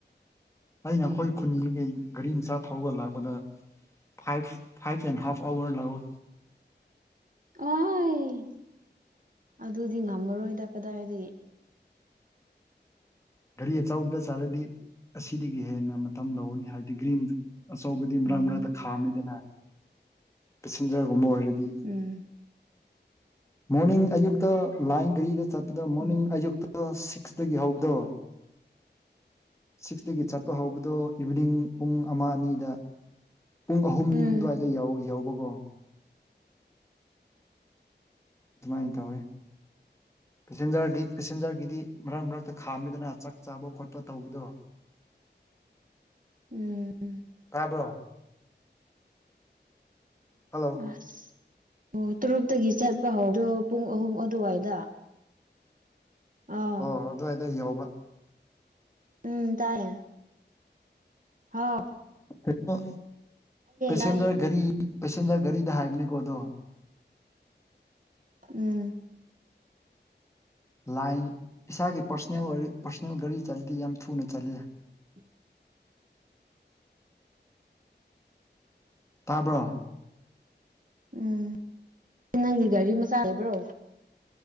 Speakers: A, on the left (about 15°); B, on the right (about 45°).
A: ꯑꯩꯅ ꯑꯩꯈꯣꯏ ꯈꯨꯟꯒꯤ ꯒꯥꯔꯤ ꯃꯆꯥ ꯊꯧꯔꯒ ꯂꯥꯛꯄꯗ ꯐꯥꯏꯚ ꯐꯥꯏꯚ ꯑꯦꯟ ꯍ ꯍꯥꯐ ꯑꯋꯥꯔ ꯂꯥꯛꯑꯣ
B: <inaudible> <unintelligible> ꯋꯥꯍꯥꯏ ꯑꯗꯨꯗꯤ ꯉꯝꯃꯔꯣꯏꯗ ꯀꯗꯥꯏꯗꯒꯤ
A: ꯒꯥꯔꯤ ꯑꯆꯥꯎꯕꯗ ꯆꯥꯂꯗꯤ ꯑꯁꯤꯗꯒꯤ ꯍꯦꯟꯅ ꯃꯇꯝ ꯂꯧꯅꯤ ꯍꯥꯏꯕꯗꯤ ꯒ꯭ꯔꯤꯟ ꯑꯆꯧꯕꯗꯤ ꯃꯔꯛ
B: ꯎꯝ
A: ꯃꯔꯛꯇ ꯈꯥꯝꯃꯤꯗꯅ ꯄꯦꯁꯦꯟꯖꯔꯒꯨꯝꯕ ꯑꯣꯏꯔꯗꯤ
B: ꯎꯝ
A: ꯃꯣꯔꯅꯤꯡ ꯑꯌꯨꯛꯇ ꯂꯥꯏꯟ ꯘꯔꯤꯗ ꯆꯠꯄꯗ ꯃꯣꯔꯅꯤꯡ
B: ꯎꯝ
A: ꯑꯌꯨꯛꯇ ꯀ꯭ꯂꯥꯁ ꯁꯤꯛꯁꯇꯒꯤ ꯍꯧꯗꯣ ꯁꯤꯛꯁꯇꯒꯤ ꯆꯠꯄ ꯍꯧꯕꯗꯣ ꯏꯚꯤꯅꯤꯡ ꯄꯨꯡ ꯑꯃ ꯑꯅꯤꯗ ꯄꯨꯡ ꯑꯍꯨꯝ
B: ꯎꯝ
A: ꯑꯗꯨꯋꯥꯏꯗ ꯌꯥꯎꯕꯀꯣ ꯑꯗꯨꯃꯥꯏꯅ ꯇꯧꯋꯦ
B: <unintelligible>
A: ꯄꯦꯁꯦꯟꯖꯔꯗꯤ ꯄꯦꯁꯦꯟꯖꯔꯒꯤꯗꯤ ꯃꯔꯛ ꯃꯔꯛꯇ ꯈꯥꯝꯃꯤꯗꯅ ꯆꯥꯛ ꯆꯥꯕ ꯈꯣꯠꯄ ꯇꯧꯕꯗꯣ
B: <unintelligible> ꯎꯝ
A: ꯇꯥꯕ꯭ꯔꯣ ꯍꯜꯂꯣ
B: ꯑꯁ ꯑꯣ ꯇꯔꯨꯛꯇꯒꯤ ꯆꯠꯄ ꯍꯧꯗꯣ ꯄꯨꯡ ꯑꯍꯨꯝ ꯑꯗꯨꯋꯥꯏꯗ ꯑꯥ
A: ꯑꯣ ꯑꯗꯨꯋꯥꯏꯗ ꯌꯎꯧꯕ
B: ꯎꯝ ꯇꯥꯏꯦ ꯍꯥꯥꯎ
A: ꯀꯩꯅꯣ ꯄꯦꯁꯦꯟꯖꯔ
B: ꯇꯥꯏꯌꯦ
A: ꯒꯥꯔꯤ ꯄꯦꯁꯦꯟꯖꯔ ꯒꯥꯔꯤꯗ ꯍꯥꯏꯕꯅꯤ ꯀꯣꯗꯣ
B: ꯎꯝ
A: ꯂꯥꯏꯟ ꯏꯁꯥꯒꯤ ꯄꯔꯁꯣꯅꯦꯜ ꯑꯣꯏ ꯄꯔꯁꯣꯅꯦꯜ ꯒꯥꯔꯤ ꯆꯠꯗꯤ ꯌꯥꯝ ꯊꯨꯅ ꯆꯠꯂ
B: ꯎꯝ
A: ꯇꯥꯕ꯭ꯔꯣ
B: ꯎꯝ ꯅꯪꯒꯤ ꯒꯥꯔꯤ ꯃꯆꯥ ꯂꯩꯕ꯭ꯔꯣ